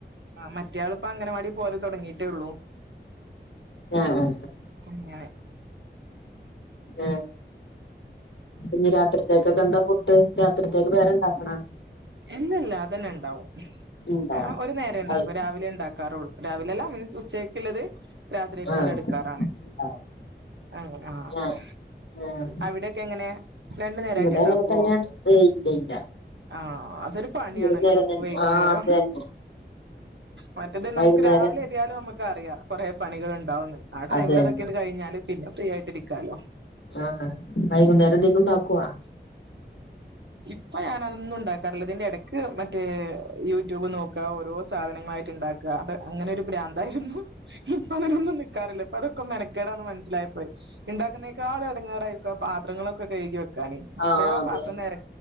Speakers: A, on the right; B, on the left.
A: മറ്റയാളിപ്പോ അങ്ങനവാടി പോകല് തുടങ്ങിട്ടേ ഉള്ളൂ
B: ആഹ് ആഹ്
A: അങ്ങനെ
B: ആഹ് ഇപ്പഞ്ഞി രാത്രിക്കത്തേക്കെന്ത ഫുഡ് രാത്രിക്കത്തേക്ക് വേറെ ഇണ്ടാക്കണോ
A: ഇല്ല ഇല്ല അതന്നെ ഇണ്ടാവും
B: ഇണ്ടാവും
A: ആഹ് ഒരു നേരേ ഉണ്ടാക്കൂ
B: ആയിരിക്കൂല
A: രാവിലെ ഇണ്ടാക്കാറുള്ളൂ രാവിലെ അല്ല മീൻസ് ഉച്ചക്കുള്ളത് രാത്രിക്കും
B: ആഹ്
A: കൂടെ എടുക്കാറാണ്
B: ഇണ്ടാവും
A: അങ്ങനെ ആ അതെ
B: ആഹ് ആഹ്
A: അവിടെയൊക്കെ എങ്ങനെ രണ്ടു നേരായിട്ട്
B: ഇവിടെ
A: ഇണ്ടാക്കുവോ
B: അങ്ങനെ തന്നെയാണ് ഏയ് ഇല്ല ഇല്ല
A: ആഹ അതൊരു പണിയാണല്ലോ
B: വൈകുന്നേരം
A: നമുക്ക്
B: തന്നെ
A: വൈകുന്നേരം
B: ആ അത് തന്നെ
A: മറ്റത്
B: വൈകുന്നേരം
A: നമുക്ക് രാവിലെ എര്യാ നമുക്കറിയാം കൊറേ പണികളൊണ്ടാവന്ന് ആ ടൈമിലതൊക്കെയൊന്ന്
B: അത് തന്നെ
A: കഴിഞ്ഞാല് പിന്നെ ഫ്രീ ആയിട്ടിരിക്കാലോ
B: ആഹ വൈകുന്നേരം എന്തേലും ഉണ്ടാക്കുവാ
A: ഇപ്പ ഞാനതൊന്നും ഉണ്ടാക്കാറില്ല അതിന്റെ എടക്ക് മറ്റേ യൂട്യൂബ് നോക്കാ ഓരോ സാധനങ്ങൾ ആയിട്ടിണ്ടാക്കാ അത് അങ്ങനെ ഒരു പ്രാന്തായിരുന്നു ഇപ്പൊ അതിനൊന്നും നിക്കാറില്ല പ്പ അതൊക്ക മെനക്കേടാന്ന് മനസ്സിലായപ്പോയി ഇണ്ടാക്കുന്നേക്കാൾ എടങ്ങേറായിരിക്കും ആ പാത്രങ്ങളൊക്കെ കഴുകി വെക്കാന്
B: ആ
A: എത്രയോ
B: അതെ
A: പാത്രം നേരെ